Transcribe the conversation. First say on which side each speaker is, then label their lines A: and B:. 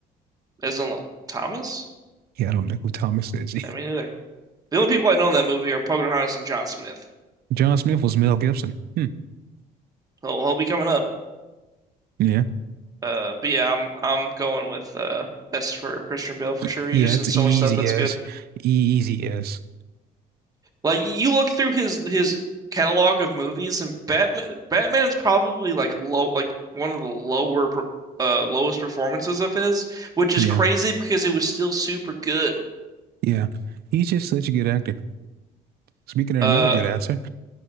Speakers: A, on the right (about 20°); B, on the right (about 65°).
A: Isn't Thomas?
B: Yeah, I don't know who Thomas is.
A: I mean, either. The only people I know in that movie are Pocahontas and John Smith.
B: <laughs> John Smith was Mel Gibson. Hmm.
A: He'll, he'll be coming up.
B: Yeah.
A: Uh, but yeah, I'm I'm going with uh S for Christian Bale for
B: Y-
A: sure. He's
B: Yeah,
A: just
B: it's
A: in so
B: easy
A: much stuff that's
B: as.
A: good.
B: Easy as.
A: Like y- you look through his his catalog of movies, and Batman Batman's probably like low like one of the lower per- uh lowest performances of his, which
B: Yeah.
A: is crazy because it was still super good.
B: Yeah. He's just such a good actor. Speaking of
A: Uh,
B: another good actor.